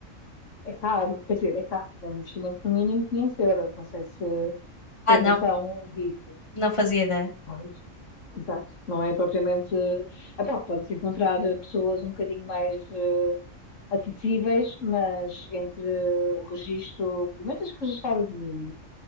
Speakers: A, on the left; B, on the left.
A: é caro, quer dizer, é caro, é um investimento no mínimo 500 euros, não sei se tens
B: Ah, não,
A: noção disso.
B: não fazia ideia.
A: Pois, exato. Não é propriamente. Ah, pá, podes encontrar eh, pessoas um bocadinho mais eh, acessíveis, mas entre o registro. Primeiro tens que registrar o domínio,